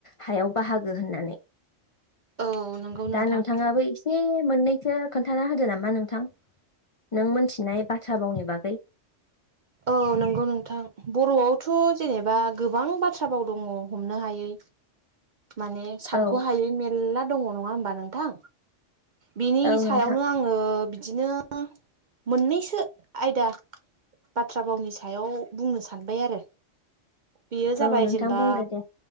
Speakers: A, on the left (about 55°); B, on the right (about 50°).
A: हायाव बाहागो होननानै
B: औ नंगौ नोंथां
A: दा नोंथाङाबो एसे मोननैखौ खोनथाना होदो नामा नोंथां नों मोनथिनाय बाथ्रा थाबावनि बागै
B: औ नंगौ नोंथां बर'आवथ' जेनेबा गोबां बाथ्रा बाव दङ हमनो हायै माने सानख'
A: औ
B: हायै मेर्ला दङ नङा होमबा नोंथां बिनि
A: औ
B: सायावनो
A: नोंथां
B: आङो इदिनो मोननैसो आयदा बाथ्रा भावनि सायाव बुंनो सानबाय आरो बेयो जाबाय
A: औ नोंथां
B: जेनेबा
A: बुंदो दे